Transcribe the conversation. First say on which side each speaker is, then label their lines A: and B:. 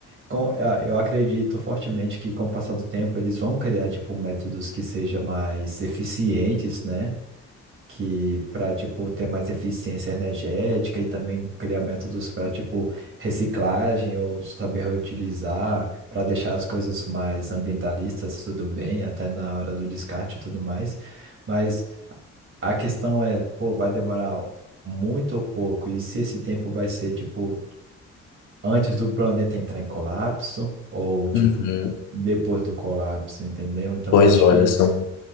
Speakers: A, on the right; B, on the left.
A: com, ah, eu acredito fortemente que com o passar do tempo eles vão criar, tipo, métodos que sejam mais eficientes, né? que para tipo ter mais eficiência energética e também criar métodos para tipo reciclagem ou saber reutilizar para deixar as coisas mais ambientalistas tudo bem até na hora do descarte e tudo mais mas a questão é pô vai demorar muito ou pouco e se esse tempo vai ser tipo antes do planeta entrar em colapso ou tipo
B: uhum.
A: depois do colapso entendeu então
B: Pois
A: acho
B: olha,
A: que
B: são.